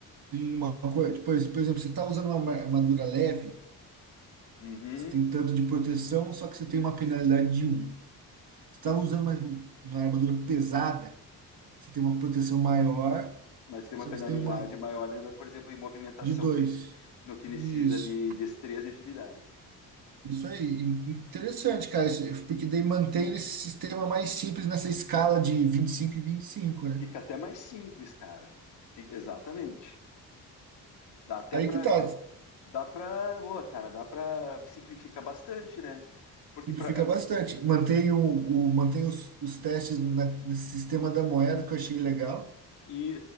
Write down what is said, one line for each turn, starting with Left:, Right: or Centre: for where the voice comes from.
Right: Tem uma coisa, por por exemplo, você está usando uma ma- armadura leve,
Left: Uhum,
Right: você tem tanto de proteção, só que você tem uma penalidade de um. Você estava usando uma, uma armadura pesada, você tem uma proteção maior,
Left: mas tem
Right: só
Left: uma penalidade
Right: que você tem uma
Left: maior, né, por exemplo, em movimentação
Right: de 2.
Left: que no que precisa
Right: Isso.
Left: de destreza e agilidade.
Right: Isso aí. In- Interessante, cara. Isso, porque daí mantém esse sistema mais simples nessa escala de vinte e cinco e e vinte e cinco, né?
Left: Fica até mais simples, cara. Fica- exatamente. Dá até
Right: Aí
Left: para
Right: que tá.
Left: Dá pra, boa, cara, dá pra simplificar bastante, né? Porque
Right: Simplifica
Left: pra,
Right: bastante. Mantém, o, o- os, os testes na- nesse sistema da moeda que eu achei legal.
Left: e,